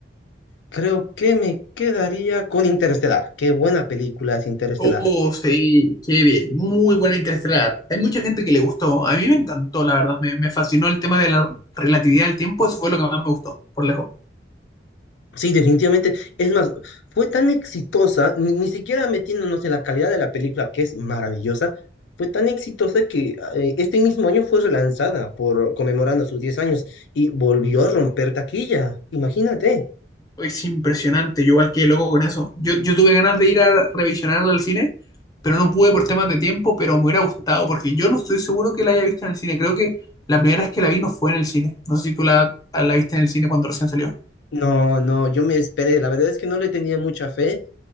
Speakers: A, on the left; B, on the left.
A: Creo que me quedaría con Interestelar. Qué buena película es Interestelar.
B: Oh, sí, qué bien. Muy buena Interestelar. Hay mucha gente que le gustó. A mí me encantó, la verdad. Me, me fascinó el tema de la relatividad del tiempo. Eso fue lo que más me gustó, por lejos.
A: Sí, definitivamente. Es más, fue tan exitosa, ni, ni siquiera metiéndonos en la calidad de la película, que es maravillosa, fue tan exitosa que ah, eh, este mismo año fue relanzada por conmemorando sus 10 años y volvió a romper taquilla. Imagínate.
B: Es impresionante. Yo igual quedé loco con eso. Yo, yo tuve ganas de ir a revisionarla al cine, pero no pude por temas de tiempo, pero me hubiera gustado porque yo no estoy seguro que la haya visto en el cine. Creo que la primera vez que la vi no fue en el cine. No sé si tú la, la viste en el cine cuando recién salió.
A: No, no, yo me esperé. La verdad es que no le tenía mucha fe.